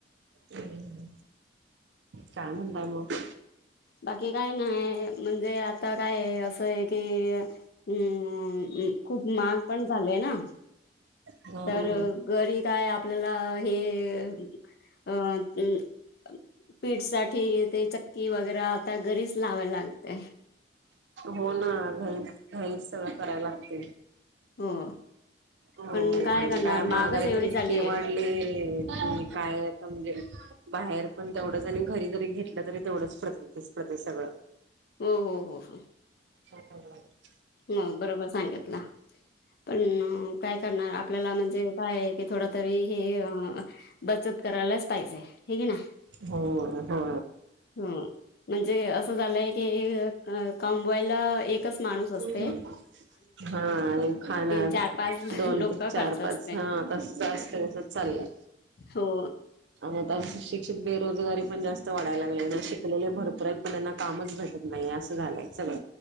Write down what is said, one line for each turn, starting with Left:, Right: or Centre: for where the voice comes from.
Right: हं.. हुं.. काय म्हणताय मग?
Left: बाकी काय नाही, म्हणजे आता काय असं एक की अ खूप मग पण झालंय ना.
Right: हम्म
Left: तर
Right: हम्म
Left: घरी काय आपल्याला हे, अं.. अ पीठ साठी ते चक्की वगैरे आता घरीच लावायला लागते.
Right: हो ना. घरी- घरीच सगळं करायला लागते.
Left: हो.
Right: हो
Left: पण
Right: आणि
Left: करणार
Right: काय महागायी
Left: मागच एवढी
Right: तर इतके
Left: झाली
Right: वाढले,
Left: आहे
Right: की काय आता म्हणजे बाहेर पण तेवढंच आणि घरी जरी घेतलं, तरी तेवढंच पडतच पडतंय सगळं.
Left: हो, हो, हो, हो.
Right: छान.
Left: ह बरोबर सांगितला. पण काय करणार? आपल्याला म्हणजे कायय, की थोडं तरी हे बचत करायलाच पाहिजे. हे की ना.
Right: हो. हो.
Left: हो. म्हणजे असं झालंय की, कमवायला एकच माणूस असतो.
Right: हम्. हा आणि खाणार
Left: चार पाच
Right: दोन,
Left: लोक
Right: चार,
Left: खर्च
Right: पाच.
Left: असते
Right: हा, तस असत. तस चाललाय.
Left: हो.
Right: आणि आता सुशिक्षित बेरोजगारी पण जास्त वाढाय लागली ना. शिकलेले भरपूर आहेत. पण त्यांना कामच भटत नाही. असं झालंय सगळ.